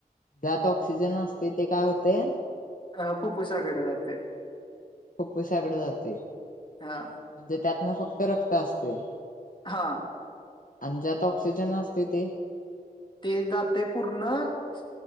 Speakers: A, on the left; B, on the left.
A: ज्यात ऑक्सिजन असत्या, ते काय होते.
B: अ फुफुसाकडे जाते.
A: फुफुसाकडं जाते.
B: हा
A: म्हणजे त्यात ना फक्त रक्त असतंय.
B: हां.
A: अन ज्यात ऑक्सिजन असतंय ते.
B: ते जातंय पूर्ण, स